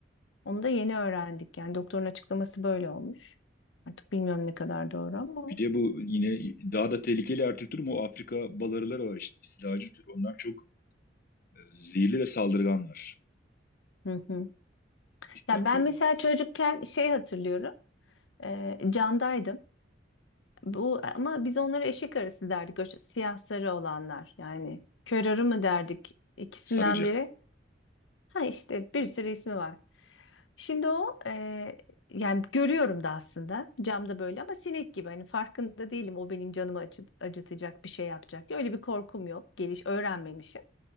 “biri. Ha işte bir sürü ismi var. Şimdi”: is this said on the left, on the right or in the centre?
Left